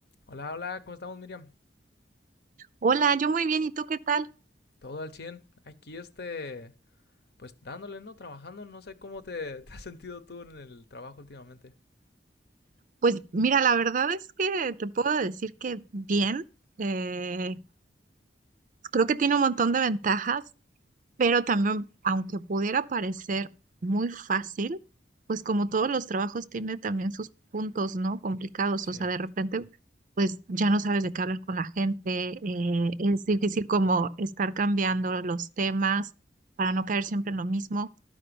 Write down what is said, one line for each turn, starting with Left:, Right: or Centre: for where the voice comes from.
Left: Hola, hola, ¿cómo estamos, Miriam?
Right: Hola, yo muy bien, ¿y tú qué tal?
Left: Todo al cien Aquí, este, pues dándole, ¿no? Trabajando. No sé cómo te, <laughs> te has sentido tú en el trabajo últimamente.
Right: Pues mira, la verdad es que te puedo decir que bien, eh, creo que tiene un montón de ventajas, pero también, aunque pudiera parecer muy fácil, pues como todos los trabajos tiene también sus puntos, ¿no? Complicados,
Left: Sí.
Right: o sea, de repente, pues ya no sabes de qué hablar con la gente, eh, es difícil como estar cambiando los temas para no caer siempre en lo mismo.